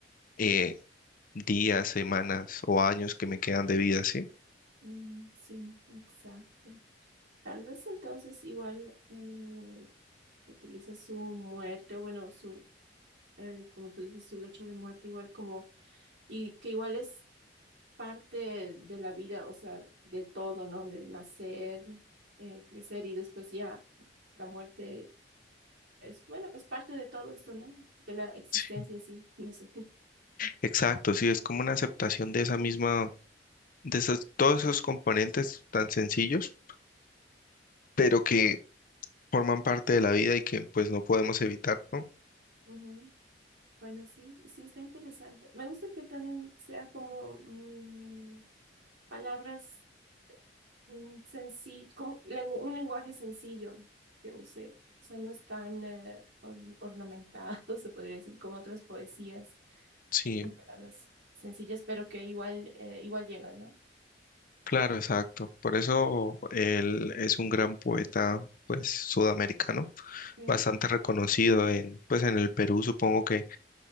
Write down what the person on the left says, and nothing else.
eh, días, semanas o años que me quedan de vida, ¿sí?
Sí.
Exacto, sí, es como una aceptación de esa misma, de esos, todos esos componentes tan sencillos, pero que forman parte de la vida y que pues no podemos evitar, ¿no?
Sí.
Claro, exacto. Por eso él es un gran poeta, pues, sudamericano,
bastante reconocido en, pues, en el Perú, supongo que